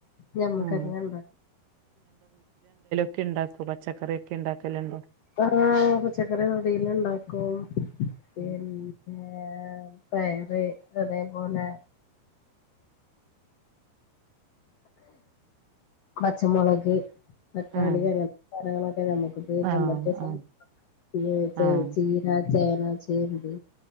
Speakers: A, on the left; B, on the right.
A: ഞമ്മക്ങ്ങെന
B: ഉം
A: ഇണ്ടാ
B: ക്കെ ഇണ്ടാക്കും പച്ചക്കറിയൊക്കെ ഇണ്ടാക്കല്ണ്ട്
A: ആഹ് പച്ചക്കറി അവിയില്ഇണ്ടാക്കും പിന്ന
B: ഉം
A: പയറ് അതേപോലെ പച്ചമുളക് തക്കാളി
B: ഉം
A: അങ്ങന് ത്തെ സാനങ്ങള നമുക്ക്പം ഈ
B: ആഹ്
A: കമ്പതെ സാന
B: ആഹ് ആഹ്
A: ചേനാ ചേമ്പ്